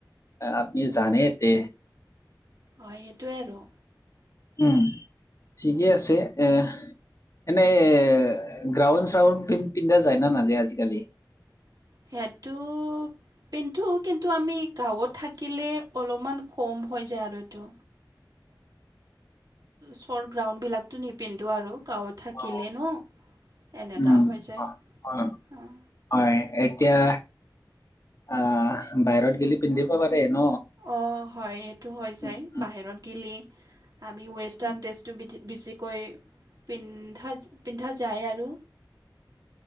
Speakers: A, on the left; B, on the right.
A: আপনি জানে তে
B: হয় সেইটোৱে আৰু
A: উম ঠিকেই আছে এ এনেই গ্ৰাউণ্ড চ্ৰাউণ্ডন্ পিন্ধা যায় না নাযায় আজিকালি
B: সেইটো পিন্ধু কিন্তু আমি গাঁৱত থাকিলে অলপমান কম হৈ যায় আৰু এইটো চৰ্ট গ্ৰাউণ্ডবিলাকতো নিপিন আৰু গাওঁত থাকিলে
A: অ
B: নো এনেকুৱা
A: উম
B: হৈ যায়
A: অ অ
B: অ'
A: হয় এতিয়া আহ বাহিৰত গেলি পিন্ধিব পাৰে ন
B: অ', হয় এইটো হৈ যায়
A: উম, উম,
B: বাহিৰত গিলি আমি ৱেষ্টাৰ্ণ
A: উম,
B: ড্ৰেছটো বি বেছিকৈ পিন্ধা পিন্ধা যায় আৰু।